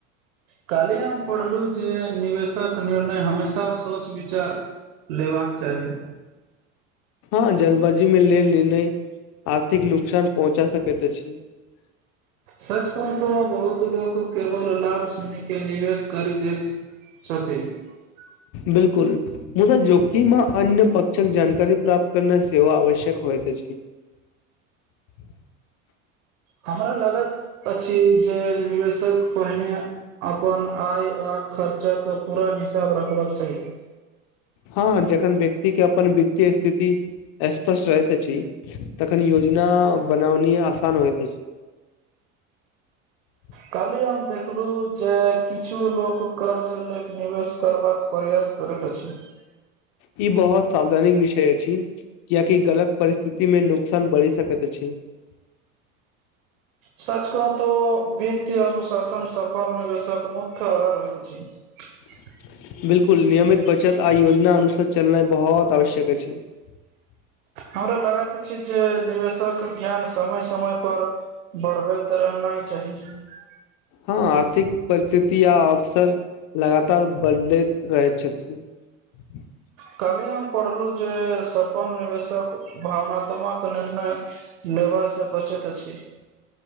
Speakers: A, on the right; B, on the left.
A: काल्हि हम पढ़लहुँ जे निवेशक निर्णय हमेशा सोच विचार लेबाक चाही। <unintelligible>
B: ह जलबाजी मे लेल निर्णय। <unintelligible> आर्थिक नुकसान पहुँचा सके। <unintelligible> दछि। <unintelligible>
A: सच त बहुत लोको केवल लाभ सुन के निवेश करी दैत छथिन। <unintelligible>
B: बिलकुल मुदाऽ जोखिममे अन्य प्षक जानकारी प्राप्त करना सेव आवश्यक होइ त छै। <unintelligible>
A: हमरा लागत अछि जे निवेशक पहिने अपन आय आ खर्चाके पूरा हिसाब रखबाक चाही। <unintelligible>
B: हँ जखन व्यक्तिक के अपन वित्तीय स्थिति स्पष्ट रहैत अछि तखन योजना बनाउनी आसान होइत अछि। <unintelligible>
A: काली हम देखलहु जे किछु लोक कर्ज ले क निवेश करबाक प्रयास करैत अछि। <unintelligible>
B: ई बहुत सावधानीक विषय अछि कियाकि गलत परिस्थितिमे नुकसान बढ़ि सकैत अछि। <unintelligible>
A: सच क त वित्त अनुशासन सफल निवेशक मुख्य आधार होइत छै। <unintelligible>
B: <unintelligible> बिल्कुल नियमित बच। चत आ योजना अनुसार। <unintelligible> चलनाइ बहोत आवश्यक अछि। <unintelligible>
A: हमरा लागै त छै जे निवेशक ज्ञान समय -समय पर बढ़बैत रहना चाही। <unintelligible>
B: हां आर्थिक। <unintelligible> परिस्थिति या अवसर लगातार। बदलैत रहै छथिन। <unintelligible>
A: कल्हि हम पढ़लौ जे सफल निवेशक भावनात्मक निर्णय लेबा से बचैत अछि। <unintelligible>